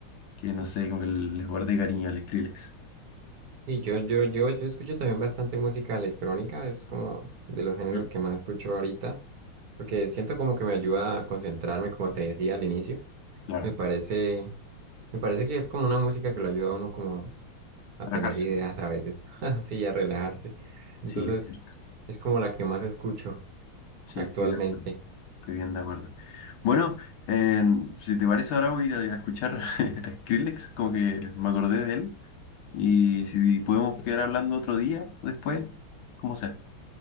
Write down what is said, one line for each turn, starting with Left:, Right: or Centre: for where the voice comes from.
Left: que no sé, como que les guardé cariño al Skrillex.
Right: Y yo, yo, yo, yo escucho también bastante música electrónica, es como de los géneros
Left: ¿Mm?
Right: que más escucho ahorita, porque siento como que me ayuda a concentrarme, como te decía al inicio.
Left: Claro,
Right: Me parece, me parece que es como una música que lo ayuda a uno como a
Left: relajarse.
Right: tener ideas a veces, <laughs> sí, a relajarse. Entonces,
Left: Sí, es cierto,
Right: es como la que más escucho
Left: sí,
Right: actualmente.
Left: estoy de acuerdo, estoy bien de acuerdo. Bueno, eh, si te parece ahora voy a ir a escuchar <laughs> a Skrillex, como que me acordé de él. Y si podemos quedar hablando otro día, después, como sea.